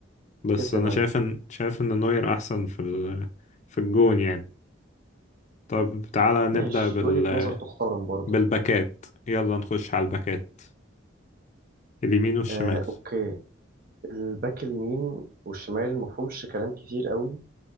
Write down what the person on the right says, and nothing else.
كسب
ايوه
ماشي
وجهة نظر تحترم برضه
آه اوكي الباك اليمين والشمال مفهومش كلام كتير قوي